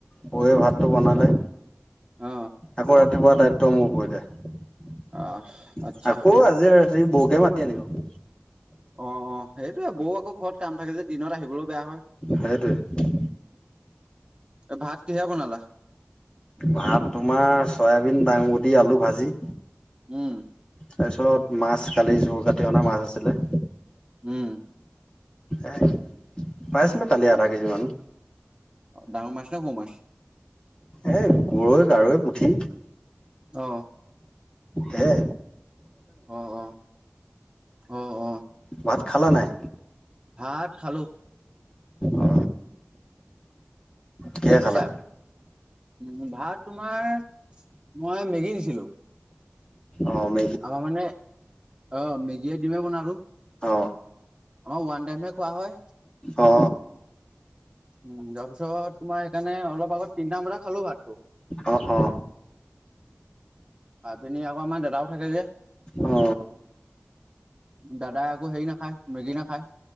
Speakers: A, on the left; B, on the right.
A: বৌৱে ভাতটো বনালে।
B: অ।
A: আকৌ ৰাতিপুৱা দায়িত্ব মোৰ পৰিলে
B: আহ আচ্ছা
A: আকৌ আজিৰ বৌকে মাতি আনিব
B: অ অ সেইটোয়ে বৌ আকৌ ঘৰত কাম থাকে যে, দিনত আহিবলৈও বেয়া হয়।
A: সেইটোৱে।
B: উ ভাত কিহেৰা বনালা?
A: ভাত তোমাৰ চয়াবিন, দাংবদি, আলু ভাজি।
B: উম।
A: তাৰ পিছত মাছ কালি জোৰ কাটি অনা মাছ আছিলে
B: উম।
A: এহ পাইছলৈ কালি আধা কেজিমান
B: ডাঙৰ মাছ নে সৰু মাছ?
A: এ গৰৈ, কাৰৈ, পুঠি
B: অ
A: হে
B: অ অ অ অ।
A: ভাত খালা নাই?
B: ভাত খালোঁ
A: অ কিহে
B: টংফুছা
A: খালা
B: উ ভাত তোমাৰ মই মেগী নিছিলো
A: অ ম
B: আমাৰ মানে অ মেগীয়ে দিমে বন আৰু
A: অ
B: আমাৰ ওৱান টাইমে খোৱা হয়
A: অ অ
B: উম তাৰ পিছত তোমাৰ সেইকাৰণে অলপ আগ তিনিটাম বজটা খালো ভাত
A: অ অ
B: আপিনি আকৌ আমাৰ দাদাও থাকে যে
A: অ
B: দাদাই আকৌ হেৰি নাখায় মেগী নাখায়